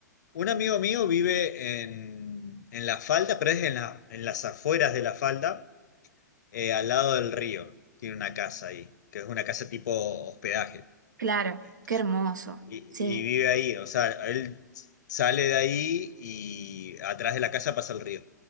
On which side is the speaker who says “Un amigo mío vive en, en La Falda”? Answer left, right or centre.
Left